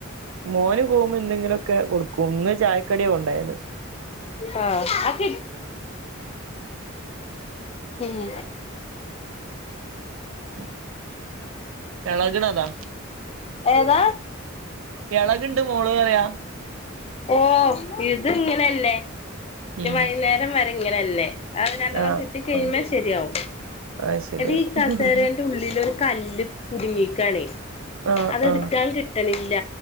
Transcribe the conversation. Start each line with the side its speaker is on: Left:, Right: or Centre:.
Right: മോന് പോഉമ്പേ എന്തെങ്കിലുക്കെ കൊടുക്കും. ഇന്ന് ചായക്കടിയാ കൊണ്ടോയത്.
Left: ആഹ് ഉം
Right: ഉം എളക്ണതാ
Left: ഏതാ
Right: എളക്ണ്ട് മോള്റ്യാ
Left: ഏഹ് ഇതിങ്ങനെന്നെ.
Right: ഉം
Left: വൈകുന്നേരം വരെ ഇങ്ങനെ തന്നെ. അത് രണ്ടെണ്ണം
Right: ആഹ്
Left: കിട്ടി കഴിയുമ്പേ
Right: ആഹ്
Left: ശരിയാവും.
Right: അത് ശരിയാവും
Left: എന്റെ ഈ കസേരേൻ്റെ ഉള്ളില് കല്ല് കുടുങ്ങിയേക്കാണേ.
Right: ആഹ്
Left: അതെടുക്കാൻ
Right: ആഹ്
Left: കിട്ടണില്ല.